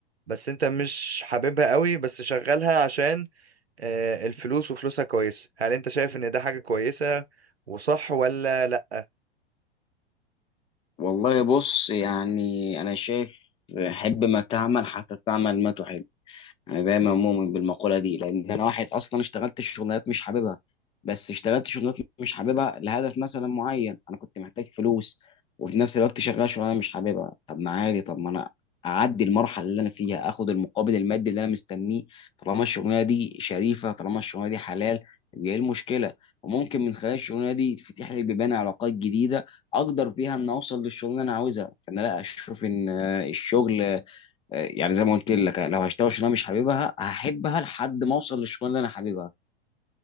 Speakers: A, on the right; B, on the left.
A: بس انت مش حاببها قوي بس شغالها عشان آه، الفلوس وفلوسها كويسة هل انت شايف ان ده حاجة كويسة وصح ولا لا
B: والله بص يعني انا شايف حب ما تعمل حتى تعمل ما تحب انا دايما مؤمن بالمقوله دي لان انا واحد اصلا اشتغلت شغلانات مش حاببها بس اشتغلت شغلانات مش حاببها لهدف مثلا معين انا كنت محتاج فلوس وفي نفس الوقت شغال شغلانه مش حاببها طب ما عادي طب ما انا اعدي المرحله اللي انا فيها اخد المقابل المادي اللي انا مستنيه طالما الشغلانه دي شريفه طالما الشغلانه دي حلال يبقى ايه المشكله وممكن من خلال الشغلانه دي تفتح لي بيبان علاقات جديده اقدر بيها ان اوصل للشغلانه اللي انا عاوزها فانا لا اشوف ان آه، الشغل يعني زي ما قلت لك لو هشتغل شغلانه مش حاببها هحبها لحد ما اوصل للشغلانه اللي انا حاببها